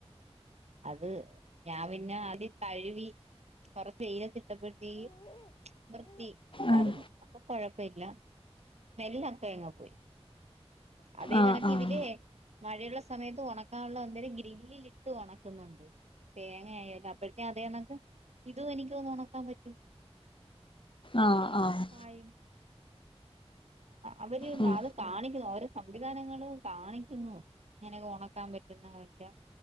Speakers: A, on the right (about 80°); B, on the left (about 50°).
A: അത് ഞാൻ പിന്നെ ആദ്യ തഴവി കൊറച്ച് വെയിലത്തിട്ടപ്പോഴത്തേക്ക് വൃത്തി ഉണ്ടായിരുന്നു.
B: ആഹ്
A: അപ്പൊ കൊഴപ്പല്ല സ്മെൽ ഒക്കെ എങ്ങോ പോയി അതേ
B: ആഹ്
A: കണക്ക്
B: ആഹ്
A: ഇതിലെ മഴയുള്ള സമയത്ത് ഉണക്കാനുള്ള എന്തേലും ഗ്രില്ലിലിട്ട് ഉണക്കുന്നുണ്ട് തേങ്ങയായാല്ലോ അപ്പോഴത്തെ അതെയണക്ക് ഇതും എനിക്ക് തോന്നുന്നു ഒണക്കാൻ പറ്റും
B: ആഹ് ആഹ്
A: കായിം അവര്
B: ഉം
A: അത് കാണിക്കുന്നു ഓരോ സംവിധാനങ്ങളും കാണിക്കുന്നു ഇങ്ങനെ ഉണക്കാൻ പറ്റുന്നല്ല